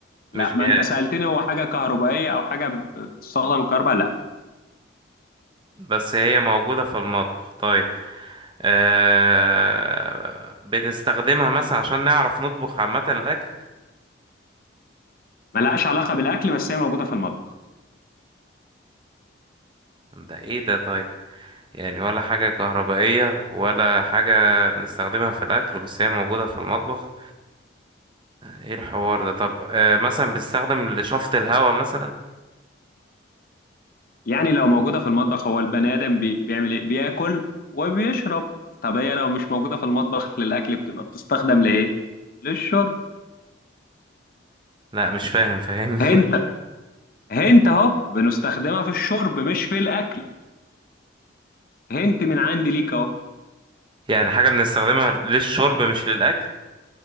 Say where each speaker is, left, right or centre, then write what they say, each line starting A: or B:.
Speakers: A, on the left; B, on the right.
A: لا
B: مش
A: ما
B: جهاز
A: انت سالتني هو حاجه كهربائيه او حاجه بتستخدم الكهرباء لا
B: بس هي موجودة في المطبخ طيب آه... بنستخدمها مثلا عشان نعرف نطبخ عامة الأكل
A: ملهاش علاقه بالاكل بس هي موجوده في المطبخ
B: ده ايه ده طيب يعني ولا حاجة كهربائية ولا حاجة بنستخدمها في الأكل بس هي موجودة في المطبخ ايه الحوار ده طب آه مثلا بنستخدم لشفط الهواء مثلا
A: يعني لو موجودة في المطبخ هو البني آدم بي... بيعمل إيه؟ بياكل وبيشرب طب هي لو مش موجودة في المطبخ للأكل بتبقى بتستخدم لإيه؟ للشرب
B: لا مش فاهم فاهمني <laughs>
A: هنت هنت أهو بنستخدمها في الشرب مش في الأكل هنت من عندي ليك أهو
B: يعني حاجة بنستخدمها للشرب مش للأكل